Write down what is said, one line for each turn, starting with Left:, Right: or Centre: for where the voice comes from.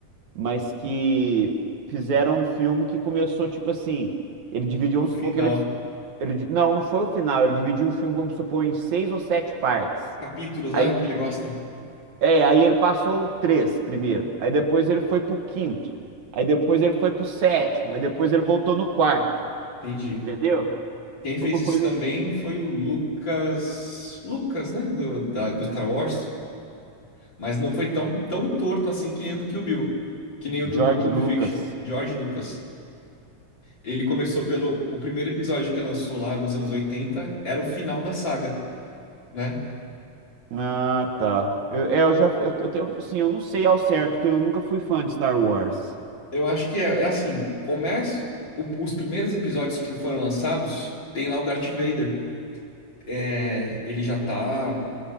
Right: mas que fizeram um filme que começou tipo assim, ele dividiu,
Left: No
Right: vamos
Left: final.
Right: supor que ele, ele, di- não, não foi o final, ele dividiu o filme, vamos supor, em seis ou sete partes.
Left: Capítulos,
Right: Aí,
Left: né? Que ele gosta.
Right: é, aí ele passou o três primeiro, aí depois ele foi pro quinto, aí depois ele foi pro sétimo, aí depois ele voltou no quarto,
Left: Entendi.
Right: entendeu?
Left: Quem fez
Right: Foi uma
Left: isso
Right: coisa...
Left: também foi o Lucas. Lucas, né? Do, da- do Star Wars. Mas não foi tão, tão torto assim que nem o do Kill Bill. Que nem o
Right: George
Left: do Pulp
Right: Lucas.
Left: Fiction. George Lucas. Ele começou pelo. O primeiro episódio que lançou lá nos anos 80, era o final da saga, né?
Right: Ah, tá. Eu, é, eu já. Eu, eu tenho. Assim, eu não sei ao certo, que eu nunca fui fã de Star Wars.
Left: Eu acho que é, é assim: começa. o- os primeiros episódios que foram lançados, tem lá o Darth Vader. É, ele já tá